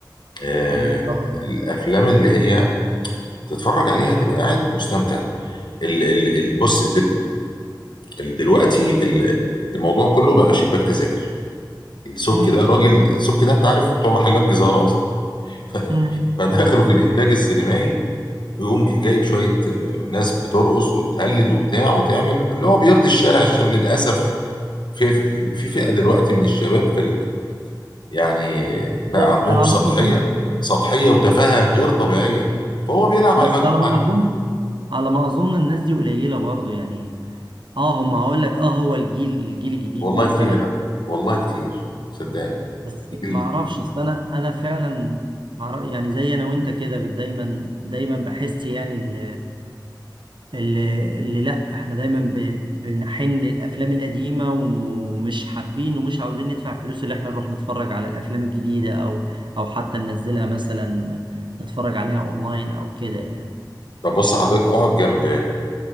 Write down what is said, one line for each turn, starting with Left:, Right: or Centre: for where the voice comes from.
Left: آه،
Right: أيوه طبعا
Left: الافلام
Right: آه.
Left: اللي هي تتفرج عليها تبقى قاعد مستمتع ال- ال- ال- بص دل- دلوقتي ال- الموضوع كله بقى شباك تذاكر السبكي
Right: مم.
Left: ده راجل السبكي ده انت عارف بتوع محلات جزارة اصلا <laughs> ف-
Right: مم.
Left: فدخلوا في الانتاج السينمائي ويقوم جايب شوية آه، ناس بترقص وتهلل وبتاع وتعمل اللي هو بيرضي الشارع الشباب للأسف في في فئة دلوقتي من الشباب في ال... يعني بقى
Right: إيه،
Left: عندهم
Right: أنا
Left: سطحية
Right: على ما أظن
Left: سطحية وتفاهة غير طبيعية فهو بيلعب
Right: بس
Left: على المجموعة
Right: على ما
Left: دي
Right: أظن على ما أظن الناس دي قليلة برضو يعني آه هم هقول لك آه هو الجيل الجيل الجديد
Left: والله
Right: مثلا
Left: كتير يعني والله كتير صدقني
Right: بس
Left: جيل-
Right: ما أعرفش أصل أنا أنا فعلا معرف- يعني زي أنا وأنت كده دايما دايما بحس يعني ال اللي, اللي لا احنا دايما ب... بنحن للافلام القديمه ومش حابين ومش عاوزين ندفع فلوس اللي احنا نروح نتفرج على الافلام الجديده او او حتى ننزلها مثلا نتفرج عليها اونلاين او كده يعني
Left: طب بص حضرتك اقعد جنب